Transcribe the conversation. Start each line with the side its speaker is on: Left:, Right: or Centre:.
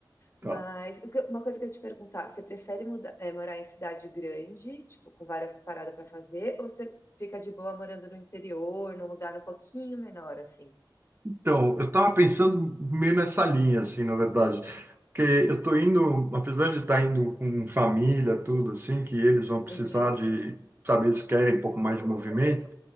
Right: tá.
Left: Mas o que eu- uma coisa que eu ia te perguntar, você prefere muda- eh, morar em cidade grande, tipo, com várias paradas para fazer, ou você fica de boa morando no interior, num lugar um pouquinho menor, assim?
Right: Então, eu estava pensando meio nessa linha, assim, na verdade. Porque eu estou indo, apesar de estar indo com família, tudo assim, que eles vão precisar
Left: Uhum.
Right: de, sabe, eles querem um pouco mais de movimento.